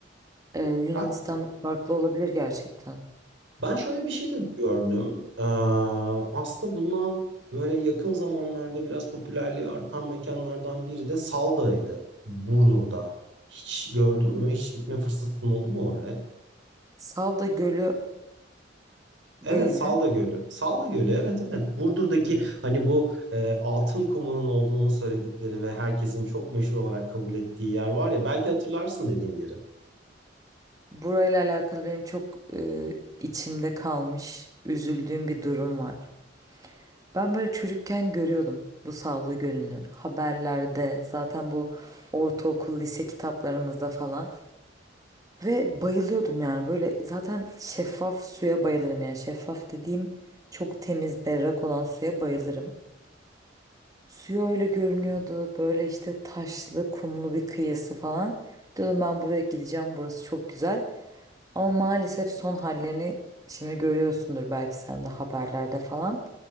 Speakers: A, on the right; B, on the right.
A: E, Yunanistan
B: Ben
A: farklı olabilir gerçekten.
B: ben şöyle bir şey de gördüm. Ee, aslında bundan böyle yakın zamanlarda biraz popülerliği artan mekanlardan biri de Salda'ydı. Burdur'da. Hiç gördün mü? Hiç gitme fırsatın oldu mu oraya?
A: Salda Gölü
B: Evet
A: değildim.
B: Salda Gölü. Salda Gölü evet evet. Burdur'daki hani bu e, altın kumunun olduğunu söyledikleri ve herkesin çok meşhur olarak kabul ettiği yer var ya belki hatırlarsın dediğim yeri.
A: Burayla alakalı benim çok e, içimde kalmış, üzüldüğüm bir durum var. Ben böyle çocukken görüyordum bu Salda Gölü'nü. Haberlerde zaten bu ortaokul, lise kitaplarımızda falan. Ve bayılıyordum yani böyle zaten şeffaf suya bayılırım yani şeffaf dediğim çok temiz berrak olan suya bayılırım. Suyu öyle görünüyordu böyle işte taşlı kumlu bir kıyısı falan. Dedim ben buraya gideceğim burası çok güzel. Ama maalesef son hallerini şimdi görüyorsundur belki sen de haberlerde falan.